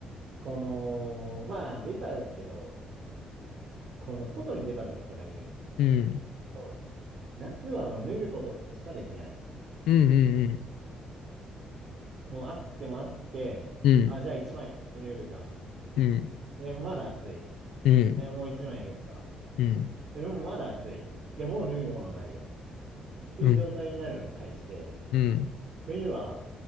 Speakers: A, on the right; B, on the left.
A: この、まあ、ベタですけど、この外に出た時とかに、
B: うん。
A: そう夏はもう脱ぐことしかできない。
B: うんうん
A: もう暑くても暑くて、
B: うん。
A: あ、じゃあ一枚脱ぐか。
B: うん。うん。
A: でもまだ暑い。
B: うん。
A: え、もう一枚抜くか。
B: うん。
A: でもまだ暑い。いや、もう脱ぐものないよ。っていう状態になるのに対して、
B: うん。うん。
A: 冬は、